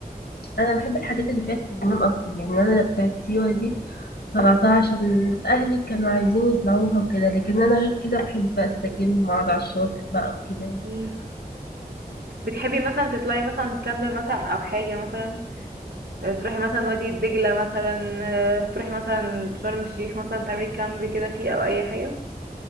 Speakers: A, on the left; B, on the right.
A: انا بحب الحاجات اللي فيها استجمام اكتر يعني انا بتاعت سيوه دي طلعتها عشان اهلي كانوا عايزين يطلعوها وكده لكن انا غير كده بحب استجم واقعد على الشاطئ بقى وكده يعني
B: مم. بتحبي مثلا تطلعي مثلا كامب مثلا أو حاجة مثلا آه، تروحي مثلا وادي دجلة مثلا آه، تروحي مثلا شرم الشيخ مثلا تعملي كامب كده فيه أو أي حاجة